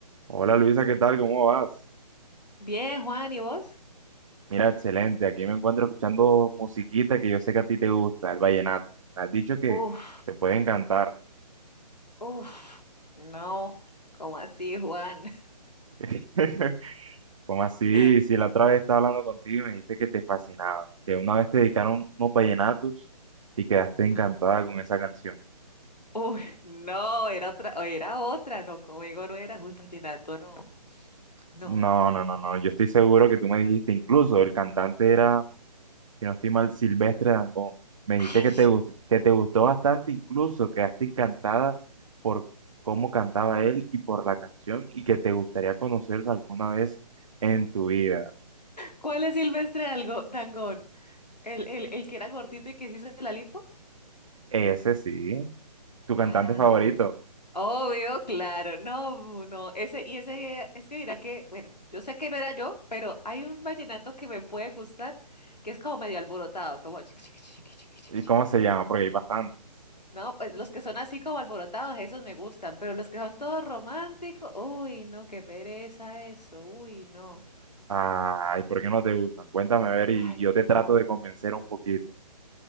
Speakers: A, on the right (about 50°); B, on the left (about 80°).
A: Hola Luisa, ¿qué tal? ¿Cómo vas?
B: Bien, Juan, ¿y vos?
A: Mira, excelente. Aquí me encuentro escuchando musiquita que yo sé que a ti te gusta, el vallenato. Me has dicho que
B: Uf,
A: te puede encantar.
B: uf, no, ¿cómo así, Juan?
A: <laughs> ¿Cómo así?
B: <laughs>
A: Si la otra vez estaba hablando contigo y me dijiste que te fascinaba, que una vez te dedicaron unos vallenatos y quedaste
B: No,
A: encantada con esa canción.
B: uy, no, era otra, era otra, no, conmigo no era, uy, vallenato, no, no.
A: No, no, no, no. Yo estoy seguro que tú me dijiste, incluso el cantante era si no estoy mal, Silvestre Dangond. Me dijiste
B: Ay,
A: que te, gus- que te gustó bastante, incluso quedaste encantada por cómo cantaba él y por la canción y que te gustaría conocerlo alguna vez en tu vida.
B: ¿cuál es Silvestre algo, Dangond? ¿El, el, el que era gordito y que se hizo la lipo?
A: Ese sí, tu cantante
B: Ah,
A: favorito.
B: obvio, claro, no, no, ese, y ese, es que mira que, bueno, yo sé que no era yo, pero hay un vallenato que me puede gustar, que es como medio alborotado, como chiqui, chiqui, chiqui, chiqui, chiqui,
A: ¿Y
B: chiqui.
A: cómo se llama? Porque hay bastantes.
B: No, pues los que son así como alborotados, esos me gustan, pero los que son todos románticos, uy, no, qué pereza eso, uy, no.
A: Ay, ¿por qué no te gustan? Cuéntame a ver y
B: Ay,
A: yo te trato
B: yo,
A: de convencer un poquito.